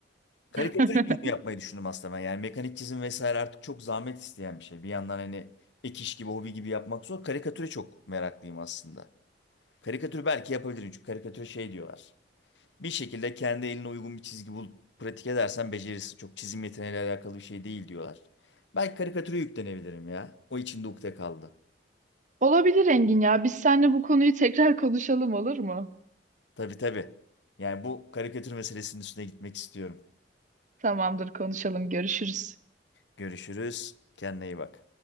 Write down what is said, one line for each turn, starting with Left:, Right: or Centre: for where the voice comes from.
Left: Karikatür
Right: <laughs>
Left: için bunu yapmayı düşündüm aslında ben. Yani mekanik çizim vesaire artık çok zahmet isteyen bir şey. Bir yandan hani ek iş gibi hobi gibi yapmak zor. Karikatüre çok meraklıyım aslında. Karikatür belki yapabilirim çünkü karikatüre şey diyorlar. Bir şekilde kendi eline uygun bir çizgi bulup pratik edersen becerirsin. Çok çizim yeteneğiyle alakalı bir şey değil diyorlar. Belki karikatüre yüklenebilirim ya. O içimde ukde kaldı.
Right: Olabilir Engin ya. Biz seninle bu konuyu tekrar konuşalım olur mu?
Left: Tabii tabii. Yani bu karikatür meselesinin üstüne gitmek istiyorum.
Right: Tamamdır konuşalım. Görüşürüz.
Left: Görüşürüz. Kendine iyi bak.